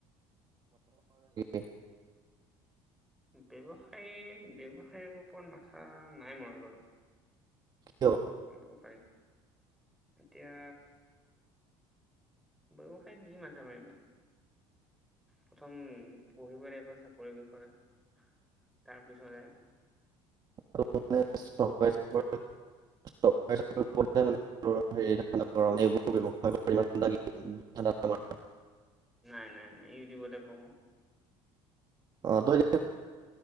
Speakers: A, on the right; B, in the centre.
A: <unintelligible> <unintelligible>
B: ব্যৱসায় ব্যৱসায় ওপৰত মাথা নাই মৰা বাৰু
A: কিয়
B: ব্যৱসায় এতিয়া ব্যৱসায় কি মাথা মাৰিম প্ৰথম পঢ়িব লাগিব চাকৰিৰ বিষয়ে তাৰপিছত
A: ম <unintelligible> হে ধ
B: অ
A: এইবোৰ ব্যৱসায় ইমান ল ধম <unintelligible>
B: নাই নাই নাই ইউটিউবতে পঢ়ো
A: অ ঘ